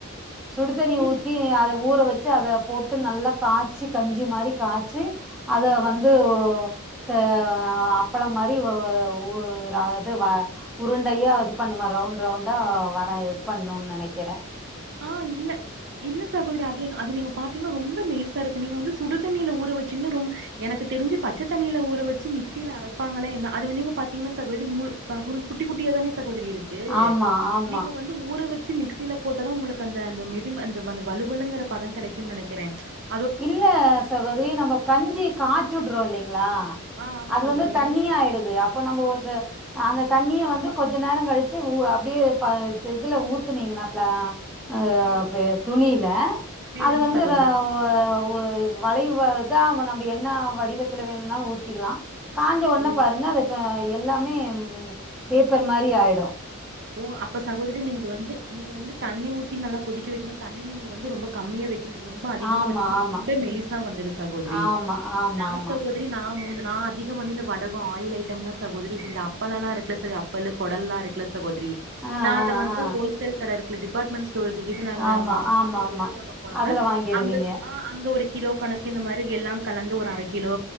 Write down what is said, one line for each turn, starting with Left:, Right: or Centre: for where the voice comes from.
Centre: சுடுதண்ணி
Right: நீங்க
Centre: ஊத்தி அத ஊற வெச் ச்சு அத போட்டு நல்லா காச்சி கஞ்சி மாரி காச்சி அத வந்து ஒ த அ அப்பள மாரி வ ஒ ஒ அது ர உருண்டையா பண்ணுமா ரவுண்ட் ரவுண்டா ந எது பண்ணுனு நெனைக்கிற
Right: ஆஹ் இல்ல இல்ல சகோதரி அது அது நீங்க பாத்தீங்ன்னா ரொம்ப மெலிசா இருக்கு நீங்க வந்து சுடு தண்ணியில ஊற வச்சீங்கனா ரொ எனக்கு தெரிஞ்சு பச்ச தண்ணியில ஊற வச்சு மிக்சியில அரைப்பாங்கள என்ன அது நீங்கா பாத்திங்னா சகோதரி முழு ஒரு குட்டி குட்டியா தானே கோதரி இருக்கு
Centre: ஆமா, ஆமா.
Right: நீங்க வந்து ஊறவ சு மிக்சில போட் டுதா உங்களுக்கு அந்த அந்த மெது அந்தந்த வலுவலுங்கற பத கெடைக்குன் நெனைக்கிறே ப்ச்
Centre: இல்ல சகோதரி நம்ம கஞ்சி காச்சிடுறோ இல்லைங்ளா
Right: ஆ ஆமா
Centre: அது
Right: சகோதரி
Centre: வந்து தண்ணியாயிடுது அப்ப நாம்ப அத அந்த தண்ணிய வந்து கொஞ்ச நேரங்கழிச்சு உ அப்படியே ப இதுல ஊத்துனீங்கன்னா ப்ளா ஆ
Right: சேரி
Centre: ப துணியில
Right: சேரிங்க
Centre: அது வந்து
Right: சகோதரி
Centre: ஒ வளைவு இதா நம்ம என்ன வடிவத்துல வேணுனாலு ஊத்திக்கலா காஞ்ச ஒண்ண
Right: ஓ
Centre: பாருங்க அது இப்ப எல்லாமே ம் பேப்பர் மாரி ஆயிடு
Right: ஓ அப்ப சகோதரி நீங்க வந்து நீங்க வந்து தண்ணி ஊ த்தி நல்லா கொதிக்க வெக்கணு தண்ணி நீங்க வந்து ரொம்ப கம்மியா வெக் எனக்கு ரொம்ப அதிகமா
Centre: ஆமா,
Right: வச்சு
Centre: ஆமா.
Right: ரொம்ப மெலிசா வந்துரு சகோதரி
Centre: ஆமா, ஆமாமா.
Right: நா சகோதரி நா ம நா அதிகம் வந்து இந்த வடகம் ஆயில் ஐட்டம்ல்லா சகோதரி இந்த அப்பள லா இருக்கல சகோதரி அப்பளம் குடல்லா இருக்ல சகோதரி
Centre: ஆ,
Right: நா அத
Centre: ஆ,
Right: வந்து
Centre: ஆ.
Right: ஹோல்சேல் கட இருக்குல க்ல டிபார்டமெண்ட் ஸ்டோர் ஸ்டோர்க்கு இது நாங்க
Centre: ஆமா
Right: மாச
Centre: ஆமா
Right: மாசம்
Centre: ஆமா
Right: பொருள் வாங்க போனோம்னா
Centre: அதுல வாங்கிடுவீங்க
Right: அங்க ஆ அங்க ஒரு கிலோ கணக்கு இந்த மாரி எல்லா கலந்து ஒரு அரை கிலோ